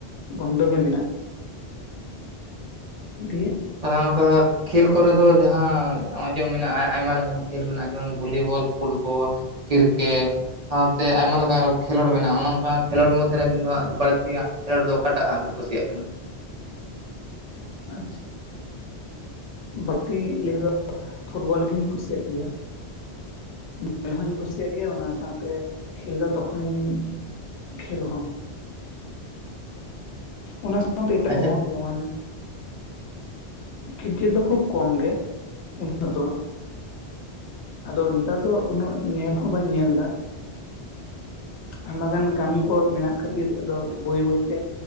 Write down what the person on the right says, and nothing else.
ᱛᱟᱦᱞᱮ ᱚᱱᱠᱟ ᱠᱷᱮᱞ ᱠᱚᱨᱮ ᱫᱚ ᱡᱟᱦᱟᱸ ᱱᱚᱜᱼᱚᱭ ᱡᱮ ᱢᱮᱱᱟᱜᱼᱟ ᱟᱭᱢᱟ ᱞᱮᱠᱟᱱ ᱠᱷᱮᱞ ᱢᱮᱱᱟᱜᱼᱟ ᱡᱮᱢᱚᱱ ᱵᱷᱚᱞᱤ ᱵᱚᱞ ᱯᱷᱩᱴ ᱵᱚᱞ ᱠᱤᱨᱠᱮᱴ ᱥᱟᱶ ᱛᱮ ᱟᱭᱢᱟ ᱞᱮᱠᱟ ᱟᱨᱚ ᱠᱷᱮᱞᱳᱰ ᱢᱮᱱᱟᱜᱼᱟ ᱚᱱᱠᱟ ᱠᱷᱮᱞᱳᱰ ᱢᱚᱫᱽᱫᱷᱮ ᱨᱮ ᱟᱹᱵᱤᱱ ᱫᱚ ᱦᱟᱸᱜ ᱵᱟᱹᱲᱛᱤᱭᱟᱜ ᱠᱷᱮᱞᱳᱰ ᱫᱚ ᱚᱠᱟᱴᱟᱜ ᱦᱟᱸᱜ ᱵᱤᱱ ᱠᱩᱥᱤᱭᱟᱜ ᱠᱟᱱᱟ?
ᱟᱪᱪᱷᱟ